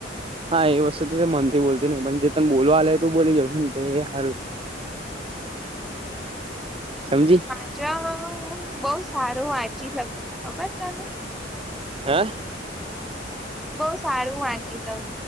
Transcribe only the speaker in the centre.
કોણ?
હ, બહુ સારું વાંચી-લખી શકું છુ, ખબર તને?
બહુ સારું વાંચી લઉ,